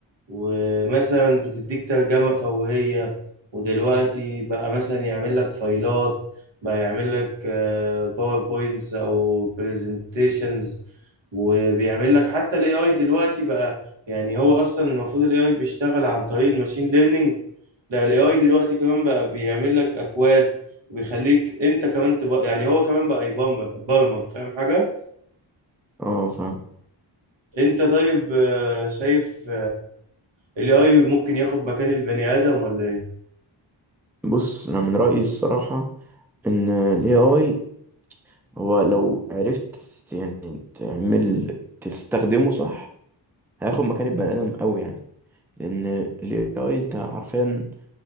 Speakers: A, on the right; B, in the centre.
A: ومثلا بتديك ترجمة فورية ودلوقتي بقى مثلا يعمل لك فايلات بقى يعمل لك باوربوينتس او برزنتيشنز وبيعمل لك حتى الاي اي دلوقتي بقى يعني هو اصلا المفروض الاي اي بيشتغل عن طريق الماشين ليرنينج لا الاي اي دلوقتي كمان بقى بيعمل لك اكواد وبيخليك انت كمان تبقى يعني هو كمان بقى يبرمج فاهم حاجة
B: اه فاهم
A: انت طيب آه، شايف الاي اي ممكن ياخد مكان البني ادم ولا ايه
B: بص انا من رأيي الصراحة ان ال AI هو لو عرفت يعني تعمل تستخدمه صح هياخد مكان البني ادم قوي يعني لان ال AI انت حرفيا